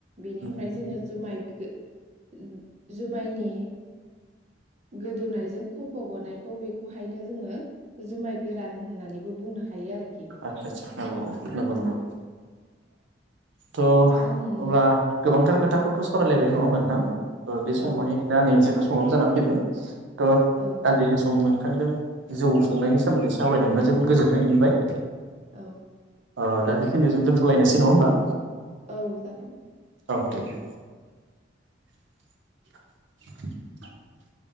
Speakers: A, on the right (about 40°); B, on the right (about 80°).
A: बेनिफ्राय
B: औ
A: जोङो जुमाय गो-जुमायनि गोदौनायजों खफ' गनायखौ बेखौहायनो जोङो जुमाय गोरान होननानैबो बुंनो हायो आरोखि
B: आदसा आदसा औ औ नंगौ नंगौ त
A: आंनि
B: अब्ला गोबांथार‌ खो खोथाखौथ' सावरायलायबाय नङा होमबा नोंथां। ओ बे
A: औ
B: समावहाय दा नै जोंहा समाबो जाना फैबाय। थ'
A: औ
B: दान्दिसे सम नों नोंथांजों जौ संनायनि सोमोन्दै सावरायनो मोनना जोबोद गोजोननाय मोनबाय।
A: औ।
B: ओ दा बेखिनियाव जों दोनथ'लायनोसै नङा होमबा।
A: औ जागोन।
B: औ दे दे। <inaudible> <inaudible>